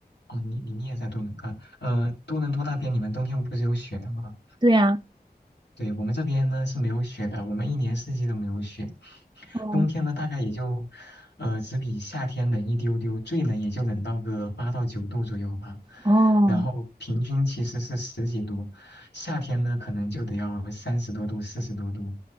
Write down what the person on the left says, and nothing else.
哦，你你你也在多伦啊？呃，多伦多那边你们冬天不是有雪的吗？
对，我们这边呢是没有雪的，我们一年四季都没有雪。
冬天呢，大概也就，呃，只比夏天冷一丢丢，最冷也就冷到个八到九度左右吧。
然后平均其实是十几度，夏天呢可能就得要三十多度、四十多度。